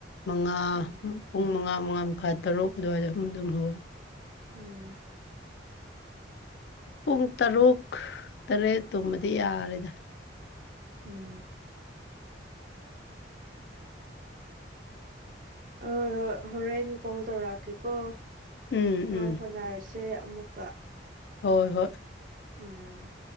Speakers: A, on the left; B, on the right.
A: ꯃꯉꯥ
B: ꯎꯝ
A: ꯄꯨꯡ ꯃꯉꯥ ꯃꯉꯥ ꯃꯈꯥ ꯇꯔꯨꯛ ꯑꯗꯨꯋꯥꯏꯗ ꯑꯨꯝ ꯑꯗꯨꯝ ꯍꯧꯒꯦ
B: ꯎꯝ
A: ꯄꯨꯡ ꯇꯔꯨꯛ ꯇꯔꯦꯠ ꯇꯨꯝꯃꯗꯤ ꯌꯥꯔꯦꯗ
B: ꯎꯝ ꯑꯣꯏ ꯍꯣꯏ ꯍꯣꯔꯦꯟ ꯀꯣꯜ ꯇꯧꯔꯛꯑꯒꯦꯀꯣ
A: ꯎꯝ
B: ꯄꯥꯎ
A: ꯎꯝ
B: ꯐꯥꯎꯅꯔꯁꯤ ꯁꯦ ꯑꯃꯨꯛꯀ
A: ꯍꯣꯏ ꯍꯣꯏ
B: ꯎꯝ